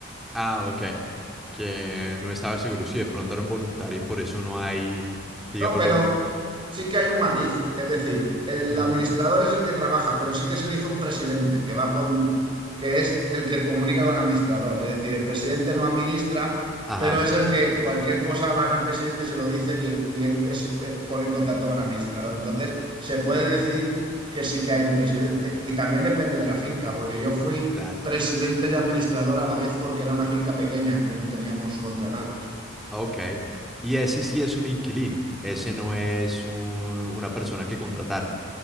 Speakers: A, in the centre; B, on the right.
A: Ah, ok. Que no estaba seguro si de pronto era un voluntario y por eso no hay, digamos,
B: No, pero
A: lo que...
B: sí que hay un matiz. Es decir, el
A: Ujú.
B: administrador es el que trabaja, pero sí que se elige un presidente que va por, que es el que comunica con el administrador. Es decir, el presidente no administra,
A: Ajá,
B: pero es el que cualquier cosa van al presidente y se lo dicen y, él- y él es- eh, pone en contacto con el administrador. Entonces, se puede decir que sí que hay un presidente. Y también depende de la finca, porque yo fui
A: claro.
B: presidente y administrador a la vez porque era una finca pequeña que no teníamos contratado.
A: Ok. Y ese sí es un inquilino. Ese no es un- una persona que contrataron.